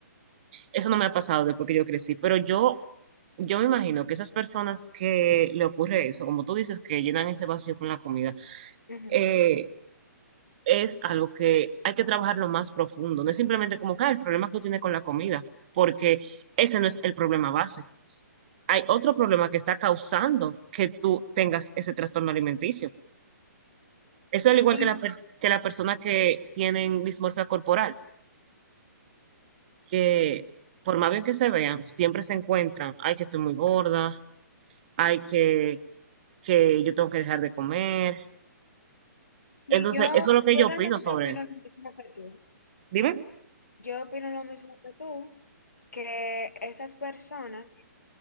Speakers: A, on the right (about 35°); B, on the left (about 70°).
A: Eso no me ha pasado después que yo crecí, pero yo yo me imagino que esas personas que le ocurre eso, como tú dices, que llenan ese vacío con la comida,
B: Ujú.
A: eh, es algo que hay que trabajarlo más profundo. No es simplemente como que ah, el problema que tú tienes con la comida, porque ese no es el problema base. Hay otro problema que está causando que tú tengas ese trastorno alimenticio. Eso es al
B: Sí,
A: igual que la, per- que la persona que tienen dismorfia corporal, que por más bien que se vean, siempre se encuentran, ay, que estoy muy gorda, ay, que, que yo tengo que dejar de comer.
B: y
A: Entonces,
B: yo,
A: eso es lo que
B: yo
A: yo
B: realmente
A: opino sobre
B: opino
A: eso.
B: lo mismo que tú.
A: Dime.
B: Yo opino lo mismo que tú, que esas personas